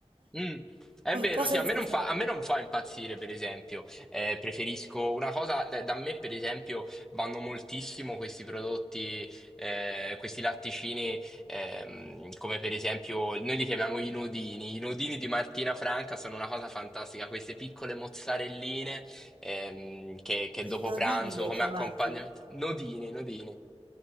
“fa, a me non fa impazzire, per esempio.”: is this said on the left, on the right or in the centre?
Centre